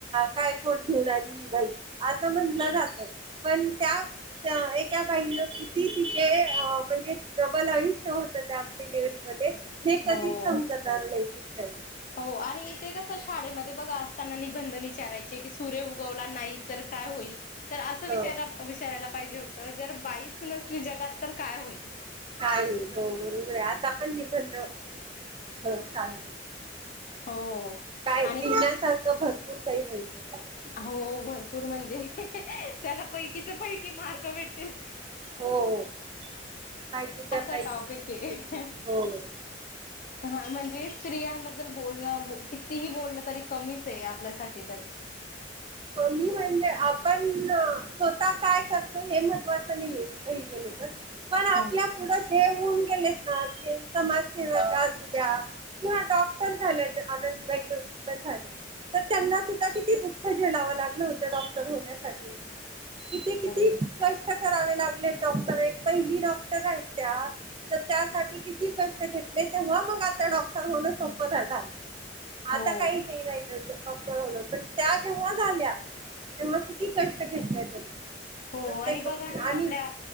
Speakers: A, on the right; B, on the left.
A: काय पट घेऊन आली बाई म्ह जात पण त्या एका बाई ती तिथे अ म्हणजे डबल आयुष्य होत त्या डिलिव्हरी मध्ये हे
B: हो
A: कधीच समजणार नाही पुढच्या
B: हो आणि ते कसं शाळेमध्ये बघा असताना निबंध विचारायचे की सूर्य उगवला नाही तर काय होईल तर असं विचारला
A: हो
B: विचारायला पाहिजे होतं जर बाईच नसली जगात तर काय होईल
A: काही होरे आता पण निबंध घेऊ शकतो काही
B: हो
A: काय लिहिण्यासारखं
B: आणि
A: भरपूर काही राहील त्याच्यामध्ये
B: हो भरपूर म्हणजे त्याला पैकीच्या पैकी मार्क भेटतील
A: हो माहितीच्या
B: असा
A: पैकी
B: टॉपिक
A: पूर्ण
B: आहे
A: भेटते. होय.
B: हा म्हणजे स्त्रियांबद्दल बोलणं कितीही बोलण तरी कमीच आहे आपल्यासाठी तर <inaudible>
A: कमी म्हणजे आपण स्वतः काय करतो हे महत्त्वाचं नाही कुठ ही गेलं तर पण आपल्या
B: हो
A: पुढ जे होऊन गेलेत ना समाजसेवा अस द्या किंवा डॉक्टर झालेत आनंदीबाई जोशी पण झालं तर त्यांना सुद्धा किती दुःख झेलावं लागलं होतं डॉक्टर होण्यासाठी किती किती
B: हो
A: कष्ट करावे लागले डॉक्टर पहिली डॉक्टर आहेत त्या त्यासाठी किती कष्ट घेतले तेव्हा मग आता डॉक्टर होण सोप झालं. आता
B: हो
A: काही नाही राहिलं डॉक्टर होण पण त्यात. जेव्हा झाल्या तेव्हा किती कष्ट घेतल्या त्यांनी.
B: हो
A: प्रत्येक
B: आणि बघा
A: गोष्टी
B: ना
A: आणि
B: आपल्या